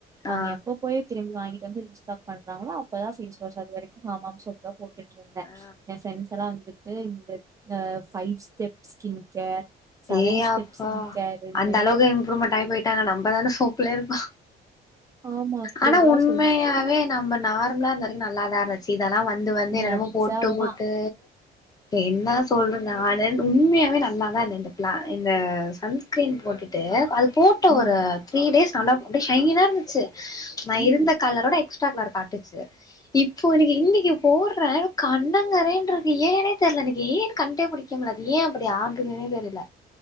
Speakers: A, on the right; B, on the left.
A: அவுங்க
B: ஆ
A: எப்ப போய் திரும்பி வாங்கிட்டு வந்து ரீஸ்டாக் பண்றாங்களோ அப்பதா ஃபேஸ் வாஷ் அது வரைக்கு ஹமாம் சோப் தா போட்டுட்டுருந்த
B: ஆ
A: என் பிரண்ட்ஸ் எல்லா வந்து து இந்த ஆ five step skin care seven
B: ஏய்ஆப்பா
A: steps நிக்காருன்னு
B: அந்த அளவுக்கா இம்ப்ரூவ்மெண்டாய் போய் ட்டாங்க நம்மதான சோப் ப்புல இருக்கோ
A: ஆமா அப்டியெல்லா
B: ஆனா உண்மையாவே
A: சொல்லி
B: நம்ம நார் ம்லா இருந்தவறைக்கு நல்லாதா இருந்துச்சு இதெல்லா வந்து வந்து என்னென்னமோ
A: நெஜமா
B: போட்டு போட்டு என்னா சொல்ற நானு உண்மையாவே நல்லாதா இருந்துது க்லா இந்த சன்ஸ்க்ரீன் போட்டுட்டு அல் போட்ட
A: ம்
B: ஒரு த்ரீ டேஸ் நல்லா அப்டே ஷைனா இருந்திச்சு நா
A: ம்
B: இருந்த கலரோட எக்ஸ் டா கலர் காட்டிச்சு இப்போ இன்னக்கு இன்னிக்கி போட்றே கண்ணங்கரேன்றுக்கு ஏனே தெர்லெ எனக் ஏனு கண்டே புடிக்க முல்ல அது ஏ அப்டி ஆகுதுனே தெரில